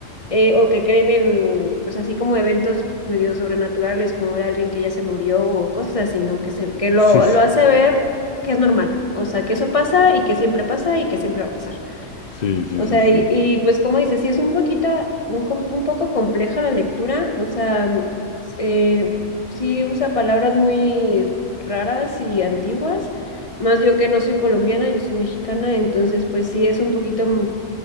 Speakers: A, on the left; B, on the left.
A: eh, o que creen en, pues así como eventos medio sobrenaturales, como ver a alguien que ya se murió o cosas así, ¿no? Que se, que lo,
B: Sí, sí,
A: lo hace ver que es normal, o sea, que eso pasa y que siempre pasa y que siempre va a pasar.
B: sí, sí,
A: O
B: sí,
A: sea,
B: sí.
A: y, y, pues como dices, sí es un poquito, un, com- un poco compleja la lectura, o sea, mm, s- eh, sí usa palabras muy raras y antiguas, más yo que no soy colombiana, yo soy mexicana, entonces pues sí es un poquito mm,